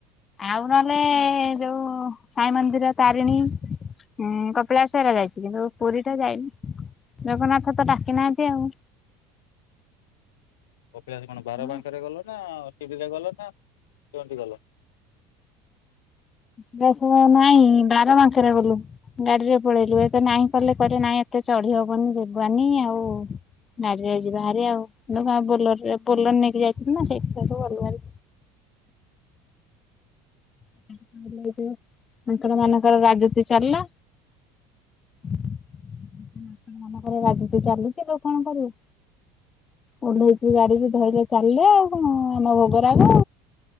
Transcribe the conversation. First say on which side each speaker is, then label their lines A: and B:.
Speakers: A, on the left; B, on the left.
A: ଆଉ ନହେଲେ ଯୋଉ ସାଇ ମନ୍ଦିର ତାରିଣୀ ହୁଁ କପିଳାଶ ଯାଇଛି କିନ୍ତୁ ପୁରୀ ଟା ଯାଇନି ଜଗନ୍ନାଥ ତ ଡାକି ନାହାନ୍ତି ଆଉ।
B: ଅଭ୍ୟାସ କଣ ବାର
A: ଆମେ
B: ବାରବଙ୍କାରେ ଗଲ ନା ଟିଭିରେ ଗଲ ନା କେମିତି ଗଲ?
A: ବସମା ନାଇଁ ବାର ବାଙ୍କରେ ଗଲୁ। ଗାଡିରେ ପଳେଇଲୁ ଏତ ନାଇଁ କଲେ କରେ ନାହିଁ ଏତେ ଚଢି ହବନି ଯିବାନି ଆଉ ଗାଡ଼ିରେ ଯିବାହାରି ଆଉ ବୋଲରରେ ବୋଲର ନେଇକି ଯାଇଥିଲ ନା ସେଇଠୁ ସେଇଠୁ ଗଲୁହାରୀ। ତାପରେ ହେଟୁ ମାଙ୍କଡ ମାନଙ୍କର ରାଜୁତି ଚାଲିଲା। ମାନଙ୍କର ରାଜୁତି ଚାଲୁଚି କଣ କରିବୁ। ଓ଼ହେଇଲେଚୁ ଗାଡିରୁ ଧଇଲେ ଚାଲିଲେ ଆଉ କଣ ଆମ ଭୋଗ ରାଗ।